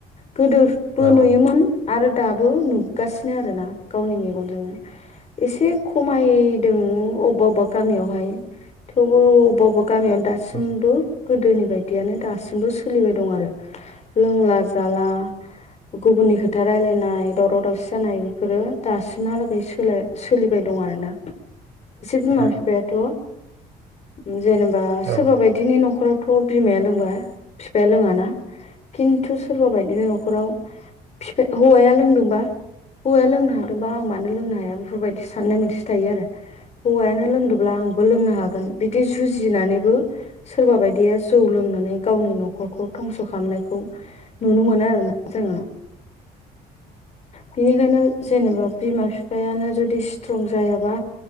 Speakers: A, on the left; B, on the right.
A: गोदोबो
B: औ
A: नुयोमोन। आरो दाबो नुगासिनो आरोना गावनि मेगनजोंनो एसे खमायदों बबेबा गामियावहाय। थेवबो अबेबा अबेबा गामियावनो दासिमबो
B: उम
A: गोदोनि बायदियानो दासिमबो सोलिबाय दं आरो। लोंला जाला गुबुननि खोथा रायलायनाय दावराव दावसि जानाय बेफोरो दासिमहाला जरै सोलाय सोलिबाय दं आरो ना।
B: उम
A: बिमा
B: उम
A: बिफायाथ' <inaudible> जेनेबा
B: औ
A: सोरबा बायदिनि न'खराव थ' बिमाया लोंबाय बिफाया लोङाना खिन्थु सोरबा बायदिनो न'खराव हौवाया लोंदोंबा हौवाया लोंनो हादोंबा आं मानो लोंनो हाया बेफोरबायदि साननाय मोनसे थायो आरो। हौवायानो लोंदोंब्ला आंबो लोंनो हागोन गोन बिदि जुजिनानैबो सोरबा बायदिया जौ लोंनानै गावनि न'खरखौ धंस' खालामनायखौ नुनो मोनो आरोोना जोङो बिनिखायनो जेनेबा बिमा बिफायानो जुदि स्ट्रं जायाबा